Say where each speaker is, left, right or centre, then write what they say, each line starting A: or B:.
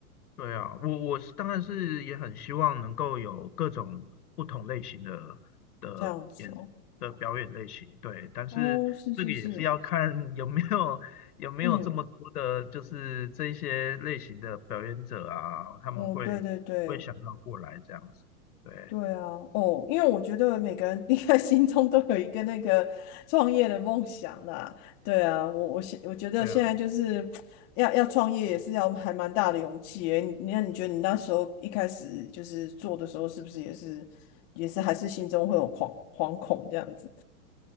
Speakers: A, on the left; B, on the left.
A: 对啊，我我是当然是也很希望能够有各种不同类型的的演的表演类型，
B: 这样子哦？
A: 对，但是这个也是要看有没有有没有这么多的，
B: 哦，是是是，嗯
A: 就是这一些类型的表演者啊，他们会会想要过来这样子，
B: 嗯，对对对。
A: 对，
B: 对啊，哦，因为我觉得每个人 <laughs> 应该心中都有一个那个创业的梦想啦。对啊，我我现我觉得现在就是要要创业也是要还蛮大的勇气诶。
A: 对啊，
B: 你那你觉得你那时候一开始就是做的时候，是不是也是也是还是心中会有惶惶恐这样子？